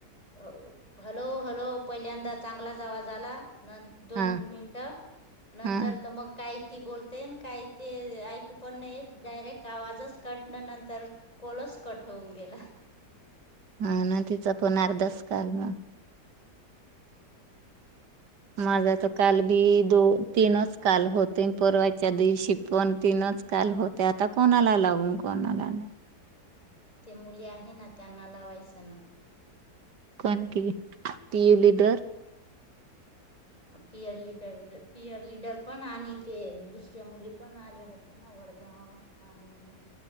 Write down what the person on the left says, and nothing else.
अ हॅलो हलो पहिल्यांदा चांगला आवाज आला. न दोन
मिनट नंतर
तर मग काही ती बोलते न काही ते अ ऐकू पण नाहीयेत डायरेक्ट ते आवाजच कट न नंतर कोल च कट होऊन गेला.
ते मुली आहे ना त्यांना लावायचं ना.
Peer leader peer leader पण आणि ते दुसऱ्या मुली पण आल्या होत ना. मडगाव आणि